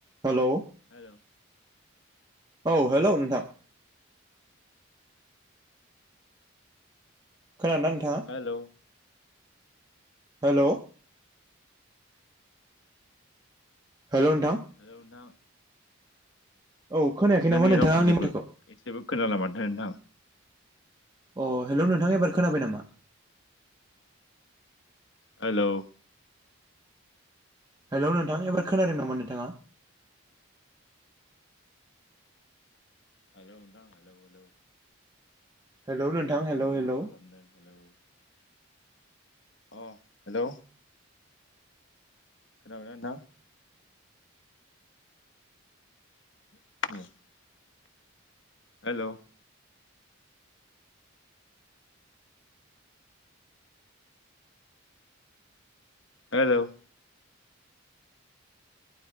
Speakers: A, on the right; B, on the left.
A: हेल'
B: hello
A: औ hello नोंथां खोना नोंथाङा?
B: हेलौ
A: हेल' हेल' नोंथां
B: नोंथां
A: औ खोनायाखै
B: नोंथांनि
A: नामा नोंथाङा
B: रावखौ
A: आंनि
B: जेबो
A: माथोखौ
B: एसेबो खोनाला मानोथ नोंथां
A: अ हेल' नोंथाङा एबार खोनाबाय नामा?
B: हेल'
A: हेल' नोंथां एबार खोनादों नामा नोंथाङा?
B: हेल' नोंथां हेल' हेल'
A: हेलौ नोंथां
B: नोंथाङा
A: हेलौ हेलौ
B: मा खालामदों हेल' अ हेल' खोनाबायना नोंथां? <inaudible> <unintelligible> हेल' हेल'